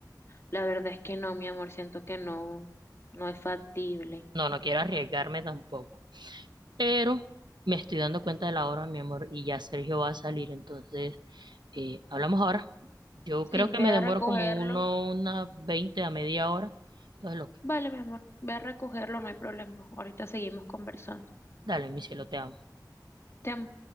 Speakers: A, on the left; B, on the right.
A: la verdad es que no, mi amor, siento que no, no es factible.
B: no, no quiero arriesgarme tampoco. pero me estoy dando cuenta de la hora, mi amor, y ya Sergio va a salir, entonces eh, hablamos ahora. Yo
A: Sí,
B: creo
A: ve
B: que me demoro
A: a recogerlo.
B: como uno, una 20 a media hora. Entonces, lo que,
A: Vale, mi amor, ve a recogerlo, no hay problema. Ahorita seguimos conversando.
B: dale, mi cielo, te amo.
A: Te amo.